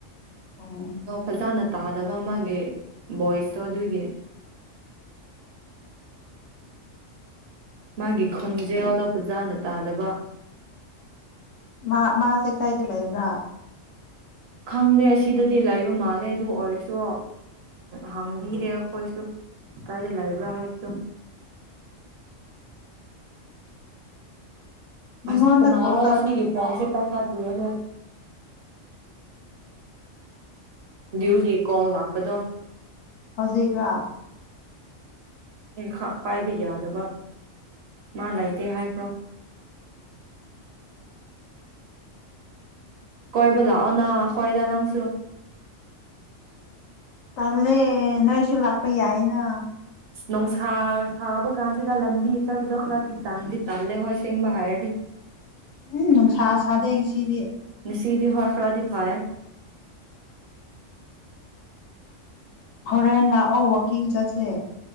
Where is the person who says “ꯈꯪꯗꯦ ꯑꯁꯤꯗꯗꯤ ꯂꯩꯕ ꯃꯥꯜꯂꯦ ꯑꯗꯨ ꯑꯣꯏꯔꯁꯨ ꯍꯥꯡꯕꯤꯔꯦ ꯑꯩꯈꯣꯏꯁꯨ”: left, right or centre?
Right